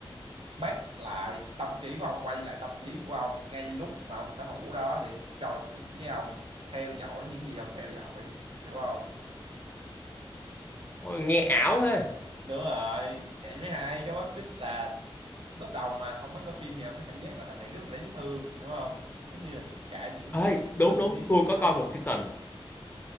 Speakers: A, on the right (about 75°); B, on the left (about 20°).
A: bắt lại tâm trí của ông quay lại tâm trí của ông ngay lúc mà ông sở hữu đó để trò chuyện với ông theo dõi những gì ông theo dõi hiểu không
B: Ôi, Nghe ảo thế.
A: đúng rồi vậy mới hay cái logic là lúc đầu mà ông mới coi phim thì ông sẽ cảm giác là thằng này rất là đáng thương đúng không giống như là tất cả những
B: Ai,
A: người
B: đúng
A: thân
B: đúng
A: thiết
B: tôi
A: của nó
B: có coi một season